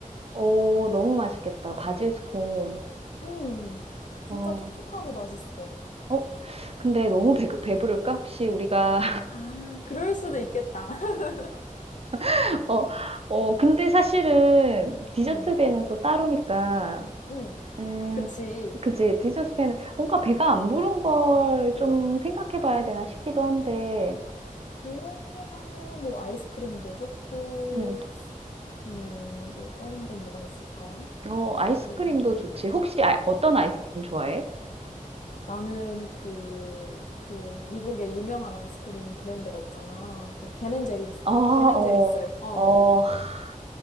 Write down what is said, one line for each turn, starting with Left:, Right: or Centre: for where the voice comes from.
Right: 어, 너무 맛있겠다. 바질 스콘.
Left: 음, 진짜
Right: 어.
Left: 촉촉하고 맛있어.
Right: 어, 근데 너무 배, 배부를까? 혹시 우리가,
Left: 아, 그럴 수도 있겠다. <laughs>
Right: <laughs> 어, 어, 근데 사실은 디저트
Left: 음,
Right: 배는 또 따로니까,
Left: 음,
Right: 음,
Left: 그치.
Right: 그치. 디저트 배는 뭔가 배가 안 부른 걸 좀 생각해 봐야 되나 싶기도 한데,
Left: 그렇게 가면 뭐 아이스크림도 좋고,
Right: 음.
Left: 어, 뭐 다른 건 뭐가 있을까?
Right: 어,
Left: 아이스크림.
Right: 아이스크림도 좋지. 혹시 아- 어떤 아이스크림
Left: 음.
Right: 좋아해?
Left: 나는 그, 그 미국의 유명한 아이스크림 브랜드가 있잖아. 그 베 n 제리스베
Right: 아, 어,
Left: n 제리스 어,
Right: 어, <laughs>